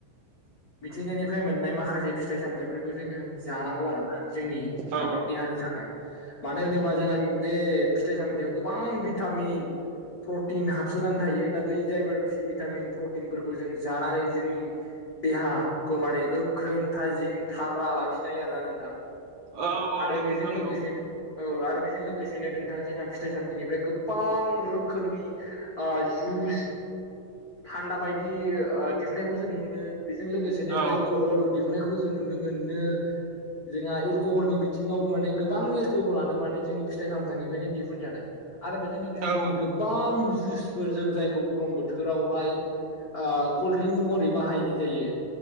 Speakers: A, on the left; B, on the right.
A: मिथिंगानिफ्राय मोननाय माखासे फिथाइ सामथाइफोरखौ जोङो जानांगौ आरोना। जोंनि
B: औ
A: माने देहानि थाखाय मानो होनोबा जोंहा बे फिथाइ सामथाइयाव गोबां भिटामिन प्रटिन हाबसोनानै थायो दा बै जायफोर भिटामिन प्रटिनफोरखौ जों जानानै जोंनि देहाखौ माने गोख्रों थाजिम थाग्रा लाखिनो हायो आरोना नोंथां।
B: औ औ
A: आरो
B: नंगौ
A: बेजों
B: नोंथां नंगौ
A: लोगोसेनो औ आरो बेजों लोगोसेनो नोंथां जोंहा फिथाइ सामथाइनिफ्राय गोबां रोखोमनि आ जुस थान्दा बायदि ओ दिहुननायखौबो जों नुनो मोनो बेजों लोगोसेनो
B: औ
A: एलक'हल दिहुननायखौ जों नुनो मोनो जोंहा एलक'हलनि बिथिङावबो माने गोबां एलक'हलानो माने जोंनि फिथाइ सामथाइनिफ्रायनो दिहुनजानाय। आरो बेजों लोगोसे
B: औ
A: जोंनि गोबां जुइसफोर जों जायखौ गरम बोथोर फोरावहाय ओ कल्ड्रिंक महरै बाहायनाय जायो।